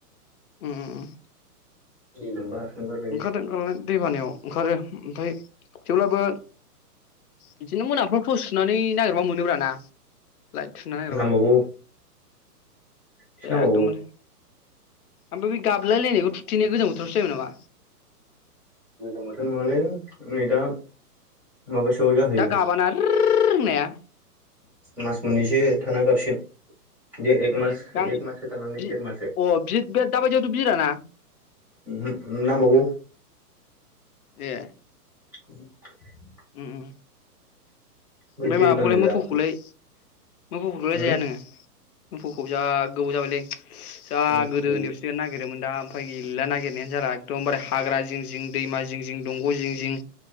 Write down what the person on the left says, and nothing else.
ओम ओम ओम।
ओंखारदों ओंखारनायालाय दैबानायाव ओंखारो ओमफ्राय। थेवब्लाबो बिदिनो मोनाफ्राव थस सुनानै नागिरबा मोनोब्रा ना। लाइट सुना नागिरबा।
एगदमबारे। ओमफ्राय बे गाबलाय लायनायखौ थुथेनाया गोजां बोथोरावसो जायोमोन नामा।
दा गाबाना ओररर होननाया।
ए
गां
बि अ
बि बे दाबायदियावथ' बिराना
ए।
ओम ओम।
ओफ्राय
माबाखौलाय
मोफौखौलाय। मोफौफोरखौलाय
जाया नोङो। मोफौखौ जा गोबाव जाबायलै। जा
गोदो नेवसिनो नागिरोमोन दा। उफाय गैला नागिरनायानो जाला एकदमबारे हाग्रा जिं जिं दैमा जिं जिं दंग' जिं जिं